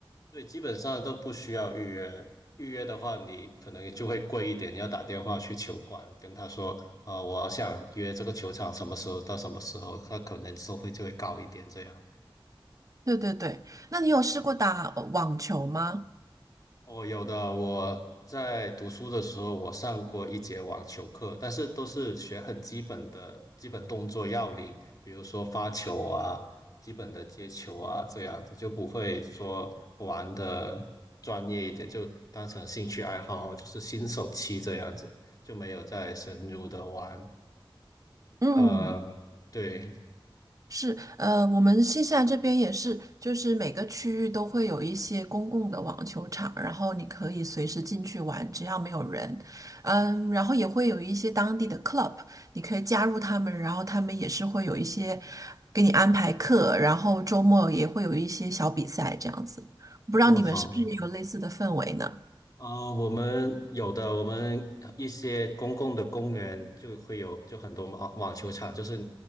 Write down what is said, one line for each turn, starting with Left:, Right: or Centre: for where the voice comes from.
Left: 对，基本上都不需要预约，预约的话你可能就会贵一点，你要打电话去球馆跟他说，呃，我想约这个球场什么时候到什么时候，他可能收费就会高一点这样。
Right: 对对对，那你有试过打呃网球吗？
Left: 哦，有的。我在读书的时候，我上过一节网球课，但是都是学很基本的基本动作要领，比如说发球啊、基本的接球啊这样子，就不会说玩的专业一点，就当成兴趣爱好，就是新手期这样子，就没有再深入的玩。
Right: 嗯，
Left: 呃，对，
Right: 是，呃，我们新西兰这边也是，就是每个区域都会有一些公共的网球场，然后你可以随时进去玩，只要没有人。嗯，然后也会有一些当地的 club，你可以加入他们，然后他们也是会有一些给你安排课，然后周末也会有一些小比赛这样子。不知道你们是不是也有类似的氛围呢？
Left: 那么好。啊、我们有的，我们一些公共的公园就会有，就很多网网球场，就是